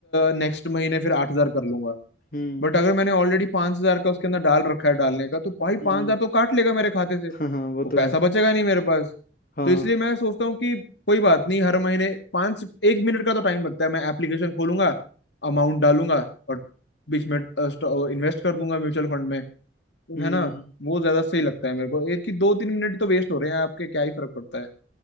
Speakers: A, on the left (about 75°); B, on the left (about 50°).
A: नेक्स्ट महीने फिर आठ हजार कर लूंगा
B: हम्म
A: बट अगर मैंने ऑलरेडी पांच हजार का उसके अंदर डाल रखा है डालने का तो भाई
B: हम्म
A: पांच हजार तो काट लेगा मेरे खाते
B: <laughs>
A: से
B: हाँ हाँ वो
A: वो पैसा
B: तो है
A: बचेगा नहीं मेरे पास
B: हाँ
A: तो इसलिए मैं सोचता हूँ कि कोई बात नहीं हर महीने पाँच एक मिनट का तो टाइम लगता है मैं एप्लीकेशन खोलूंगा अमाउंट डालूंगा और बीच में इन्वेस्ट कर दूंगा म्यूचुअल फंड में तो
B: हम्म
A: है ना वो ज्यादा सही लगता है मेरे को एक की दो तीन मिनट तो वेस्ट हो रहे हैं आपके क्या ही फर्क पड़ता है